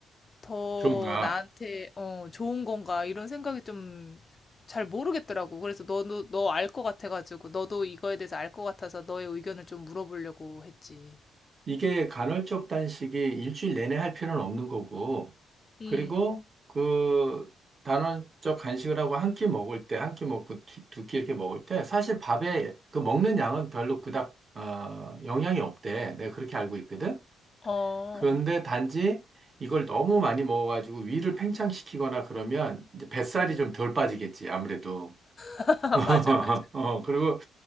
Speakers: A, on the left (about 35°); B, on the right (about 35°).
A: 더
B: 좋은가.
A: 나한테 어, 좋은 건가 이런 생각이 좀 잘 모르겠더라고. 그래서 너도 너 알 것 같아가지고 너도 이거에 대해서 알 것 같아서 너의 의견을 좀 물어보려고 했지.
B: 이게 간헐적 단식이 일주일 내내 할 필요는 없는 거고,
A: 음.
B: 그리고 그 간헐적 간식을 하고 한 끼 먹을 때, 한 끼 먹고 두 끼 이렇게 먹을 때, 사실 밥에 그 먹는 양은 별로 그닥, 어, 영향이 없대. 내가 그렇게 알고 있거든.
A: 어.
B: 그런데 단지 이걸 너무 많이 먹어가지고 위를 팽창시키거나 그러면 이제 뱃살이
A: 어.
B: 좀 덜 빠지겠지, 아무래도.
A: <laughs>
B: <laughs>
A: 맞아, 맞아.
B: 어, 그리고